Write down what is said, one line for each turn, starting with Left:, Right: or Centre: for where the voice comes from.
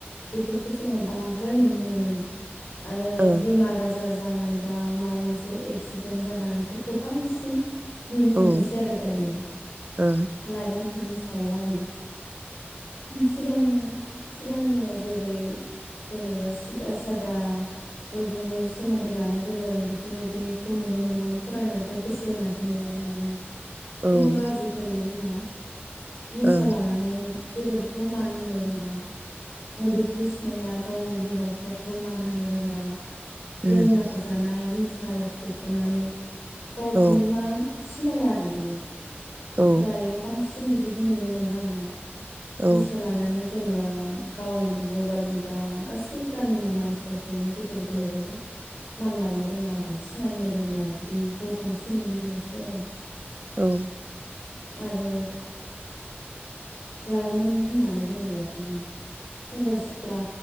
Left: बेफोरखौ जोङो बांद्राय नुनो मोनो आरो
Right: ओं
Left: बेमार आजार जानाय बा माबा मोनसे एक्सिडेन्ट जानायफोरखौ बांसिन नुनो
Right: औ
Left: मोनोसै
Right: ओं
Left: आरो दायो।
Right: औ
Left: लाइमोनफोरनि सायाव आरोना। सिगां सिगांनिया जेरै जेनेबा सिदा सादा बयजोंबो सोमोन्दो लानो गोरों बेफोरबायदिखौ नुनो मोनोमोन, फरायनायफ्राव गोसो होनायखौ नुनो मोनोमोन। खिन्थु
Right: ओं
Left: आजिखालि ना निसा
Right: औ
Left: लानानै गेदेरखौ मान होनो रोङा। मोदैखौबो सिनायला गावनि बिमा बिफाखौबो मान होनो रोंला।
Right: उम
Left: लोंना जानाय निसा सायाव गफबनानै गावखौनो
Right: औ
Left: मान सि नाया आरो बियो।
Right: औ
Left: दायो बांसि इन बिदिखौ नुनो मोनो आरोना।
Right: औ
Left: निसा लानानै जेनेबा गावनि बिब' बा बिदा गासै गामिनि मानसिफोरखौनो गेदेर गोलावबाबो मानलानो रोङा आरो सिनायनो रोंला बिदिखौ बांसिन नुनो मोनोसै आरो
Right: औ
Left: आरो लाइमोन होननानै बुङोब्लाथ' नो सेंग्रा सिख्ला